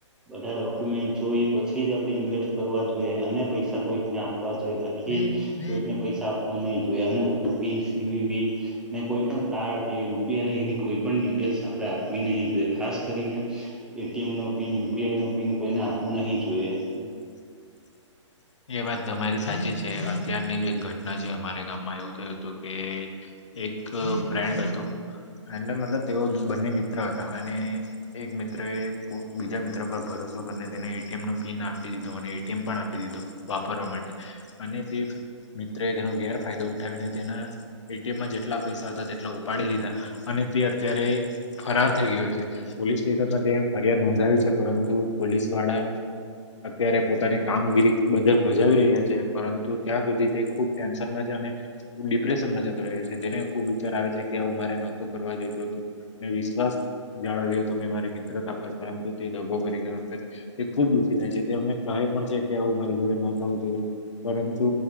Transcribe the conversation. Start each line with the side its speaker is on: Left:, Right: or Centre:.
Centre: બધા ડોક્યુમેન્ટ જોઈ પછી જ આપડે ઇન્વેસ્ટ કરવા જોઈએ અને પૈસા કોઈકને આપવા જો થી
Left: બાબતે?
Centre: કોઈકને પૈસા આપવા નહીં. ઓપી સીવી ને કોઈ પણ કાર્ડ કે યુપીઆઈ એની કોઈ પણ ડિટેલ્સ આપડા આપવી નહી જોઈ ખાસ કરીને એટીએમ નો પિન યુપીઆઈ નો પિન કોઈને આપવું નહી જોઈએ.
Left: <inaudible> એ વાત તમારી સાચી છે અત્યારની જે એક ઘટના છે અમારા ગામમાં એવું થયું હતું કે એક ફ્રેન્ડ હતો. એ મતલબ તેઓ બંને મિત્ર હતા અને એક મિત્ર એ બીજા મિત્ર પર ભરો સો કરી લીધો ને એટીએમનો પિન આપી દીધો અને એટીએમ પણ આપી દીધો. વાપરવા માટે અને તે મિત્ર એ તેનો ગેરફાયદો ઉઠાવીને તેના એટીએમમાં જેટલા પૈસા તેટલા ઉપાડી લીધા અને તે અત્યારે ફરાર થઈ ગયો છે પોલીસ સ્ટેશન ફરિયાદ નોંધાવી છે પરંતુ પોલીસ વાળા અત્યારે પોતાની કામગીરી બધા ભજાવી રહ્યા છે પરંતુ ત્યાં સુધી તે ખુબ ટેન્શનમાં છે અને ડિપ્રેશનમાં જતો રહ્યો તેને ખુબ વિચાર આવે છે કે આવું મારે નોતુ કરવા જઈતો હતો મેં વિશ્વાસ જાણવ્યો હતો મે મિત્રતા પર પરંતુ તે દભો કરી તે ખુબ દુઃખી થાય છે તેમને કહે પણ છે કે આવું મારી જોડે ના થવું જોઈએ પરંતુ